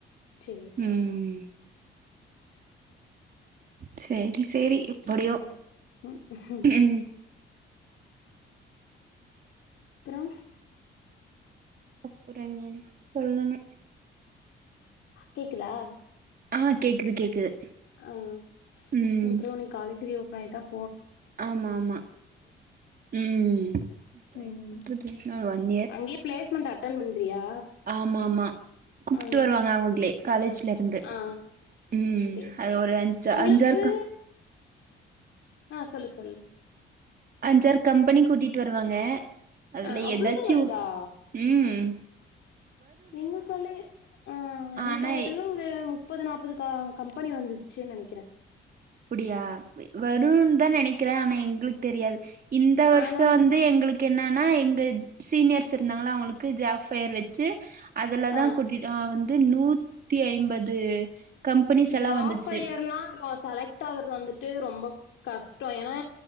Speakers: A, on the left (about 80°); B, on the right (about 45°).
A: சேரி
B: உம்
A: சேரி
B: சேரி செரி எப்படியோ
A: ம் அப்றோ
B: உஹம்
A: அப்புறோம்
B: அப்புற நீ சொல்லணும்
A: கேக்குதா
B: ஆஹ் கேக்குது கேக்குது
A: ஆஹ்
B: ம்
A: இ பரோ நீ காலேஜ்லயோ வைன்கப்
B: ஆமா ஆமா உஹம் அப்புறம்
A: ம்
B: என்ன பண்றது இன்னும்ஒன்இயரு
A: அங்கேயே பிளேஸ்மெண்ட் அட்டன் பண்றியா
B: ஆமா ஆமா கூப்பிட்டு
A: ஆ
B: வருவாங்க அவுங்ளே காலேஜ்க் இருந்து
A: ஆ
B: உம்
A: சேரி
B: அது
A: சேரி
B: ஒரு அஞ்
A: உங்களுக்கு
B: அஞ்சா ருக்கா
A: ஆ சொல்லு சொல்லு
B: அஞ்சாறு கம்பெனி கூட்டிட்டு வருவாங்க அதுல
A: ஆ அவ்ளோதா
B: எதாச்சு
A: வருதா
B: உம்
A: எங்க காலே ஆஹ் எங்க
B: ஆனா
A: காலேஜல்லாம் ஒரு முப்ப முப்பது நாற்பது கா கம்பெனி வந்துச்சுன்னு நெனைக்கிறேன்
B: அப்படியா வரும்னு தான் நெனைக்கிறேன் ஆனா எங்களுக்கு தெரியாது இந்த வருஷம்
A: ஆனா
B: வந்து எங்களுக்கு என்னன்னா எங்க சீனியர்ஸ் இருந்தாங்க அவங்களுக்கு ஜாப் பயர் வச்சு அதுல
A: ஆ
B: தான் கூட்டிட்டு ஹ வந் நூத்தி ஐம்பது கம்பெனிஸ் எல்லா
A: ஜாப்
B: வந்துச்சு
A: ஃபையர்னா வாஸ் செலெக்ட் ஆகுறது வந்துட்டு ரொம்ப கஷ்டம் ஏன்னா